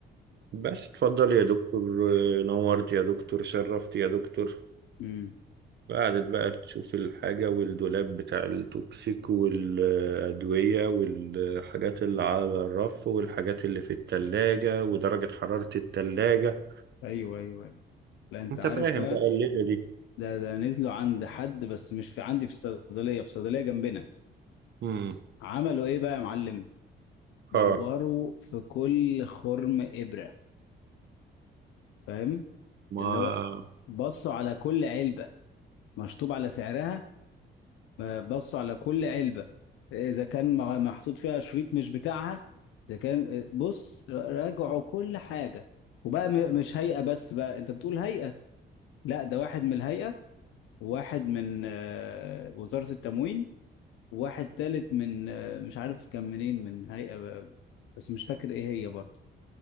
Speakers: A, on the right; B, on the left.
A: بس اتفضل يا دكتور نورت يا دكتور شرفت يا دكتور
B: امم
A: قعدت بقى تشوف الحاجة والدولاب بتاع التوكسيك والأدوية والحاجات اللي على الرف والحاجات اللي في التلاجة ودرجة حرارة التلاجة
B: ايوه ايوه ايوه لا انت
A: انت
B: عارف
A: فاهم
B: بقى
A: بقى الليلة دي
B: ده ده نزلوا عند حد بس مش في عندي في الصيدلية في صيدلية جنبنا
A: مم.
B: عملوا ايه بقى يا معلم دوروا
A: اه
B: في كل خرم إبرة فاهم
A: ما
B: اللي هو بصوا على كل علبة مشطوب على سعرها بصوا على كل علبة إذا كان مع- محطوط فيها شريط مش بتاعها إذا كان آه، بص راجعوا كل حاجة وبقى م- مش هيئة بس بقى أنت بتقول هيئة لا ده واحد من الهيئة وواحد من آه، وزارة التموين وواحد تالت من آه، مش عارف كان منين من هيئة بقى بس مش فاكر إيه هي برضه